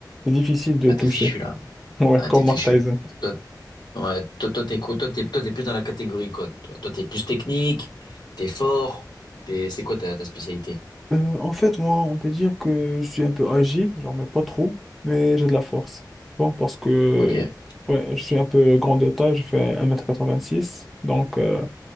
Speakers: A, in the centre; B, on the left.
A: c'est difficile de
B: Là,
A: le toucher.
B: t'es fichu, là.
A: <laughs> Ouais,
B: Là,
A: comme
B: t'es fichu.
A: Mark Tyson.
B: Toi, Ouais, toi, toi, t'es, quoi toi, t'es, toi, t'es plus dans la catégorie quoi, toi? Toi, t'es plus technique, t'es fort, t'es, c'est quoi ta, ta spécialité?
A: Euh, en fait, moi, on peut dire que je suis un peu agile, genre, mais pas trop, mais j'ai de la force. Tu vois, parce que,
B: Ok.
A: ouais, je suis un peu grand de taille, je fais un mètre quatre-vingt-six donc euh,